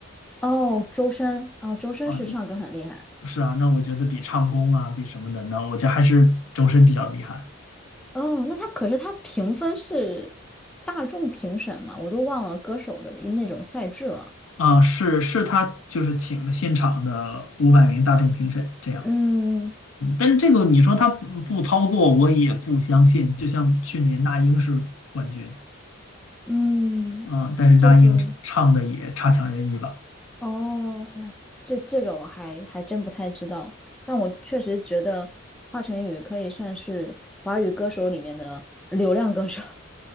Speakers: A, in the centre; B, on the left.
A: 哦，周深，哦，周深是唱歌很厉害。
B: 啊、是啊，那我觉得比唱功啊，比什么的呢，那我觉得还是周深比较厉害
A: 哦，那他可是他评分是大众评审嘛，我都忘了歌手的那种赛制了。
B: 啊、是是他就是请的现场的五百名大众评审这样。
A: 嗯
B: 嗯但是这个你说他不不操作，我也不相信。就像去年那英是冠军，
A: 嗯，
B: 嗯，但是那英唱的也差强人意吧？
A: 这个哦，那这这个我还还真不太知道，但我确实觉得华晨宇可以算是华语歌手里面的流量歌手。<laughs>